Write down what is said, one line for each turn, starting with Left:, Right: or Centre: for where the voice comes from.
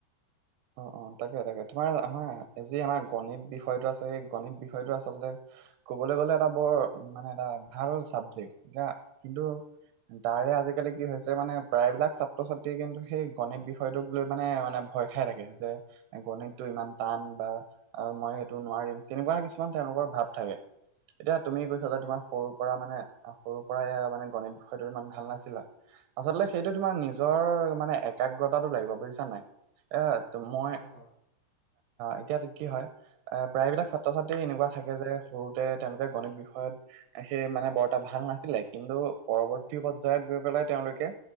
Right: অ', অ', তাকে তাকে, তোমাৰ আমাৰ যি আমাৰ গণিত বিষয়টো আছে, সেই গণিত বিষয়টো আচলতে ক'বলৈ গ'লে এটা বৰ, মানে এটা ভাল চাবজেক্ট, এতিয়া কিন্তু তাৰে আজিকালি কি হৈছে মানে, প্ৰায়বিলাক ছাত্ৰ-ছাত্ৰীয়ে কিন্তু সেই, গণিত বিষয়টোক লৈ মানে মানে ভয় খাই থাকে যে গণিতটো ইমান টান, বা মই সেইটো নোৱাৰিম, তেনেকুৱা কিছুমান তেওঁলোকৰ ভাৱ থাকে। এতিয়া তুমি কৈছা
Centre: হয়।
Right: যে তোমাৰ সৰু পৰা মানে, সৰুৰ পৰাই মানে গণিত বিষয়টোত ইমান ভাল নাছিলে। আচলতে সেইটো তোমাৰ নিজৰ, মানে একাগ্ৰতাটো লাগিব বুজিছা নাই। এ, মই,
Centre: হয় হয়।
Right: এতিয়া কি হয়? এ, প্ৰায়বিলাক ছাত্ৰ-ছাত্ৰী এনেকুৱা থাকে যে সৰুতে, তেওঁলোকে গণিত বিষয়ত সেই মানে বৰ এটা ভাল নাছিলে, কিন্তু পৰৱৰ্তী পৰ্যায়ত গৈ পেলাই তেওঁলোকে